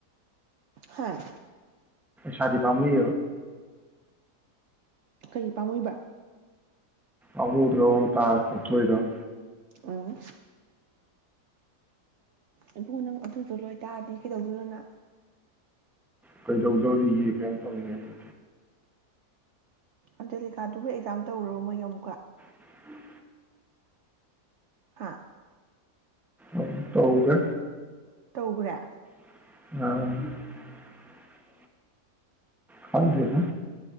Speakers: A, on the right; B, in the centre.
A: ꯍꯥꯥ
B: ꯁꯗꯤ ꯄꯝꯃꯤ
A: ꯀꯔꯤ ꯄꯥꯝꯃꯣꯏꯕ
B: ꯑꯨꯗ ꯑ ꯇꯥ ꯊꯣꯛꯣꯏꯗ
A: ꯎꯝ ꯏꯕꯨꯡ ꯅꯪ ꯑꯗꯨꯗꯣ ꯂꯣꯏꯇꯥꯔꯗꯤ ꯀꯩꯗꯧꯗꯣꯏꯔꯣꯅ
B: ꯀꯩꯗꯧꯗꯧ ꯂꯩ ꯀ ꯇꯧ ꯂꯩ
A: ꯑꯟꯖꯦꯂꯤꯀꯥꯗꯨꯕꯨꯣꯏ ꯑꯦꯛꯖꯥꯝ ꯇꯧꯔꯔꯕ ꯃꯣꯏꯒꯤ ꯑꯃꯨꯛꯀ
B: ꯎꯝ
A: ꯍꯥꯥ
B: ꯑ ꯇꯒ
A: ꯇꯧꯈ꯭ꯔꯦ
B: ꯑ ꯈꯪꯗꯦꯗꯥ